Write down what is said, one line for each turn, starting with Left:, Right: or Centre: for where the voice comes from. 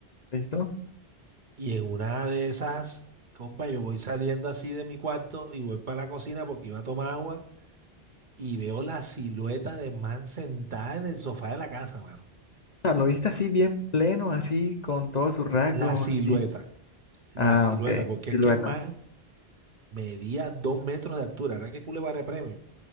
Left: ¿Listo? O
Right: Y en una de esas, compa, yo voy saliendo así de mi cuarto y voy para la cocina porque iba a tomar agua y veo la silueta de man sentada en el sofá de la casa, mano.
Left: sea, lo viste así bien pleno, así, con todos sus rasgos,
Right: La silueta,
Left: así.
Right: la
Left: Ah,
Right: silueta,
Left: ok,
Right: porque
Left: silueta.
Right: es que el man medía dos metros de altura, era que Culebarre premio.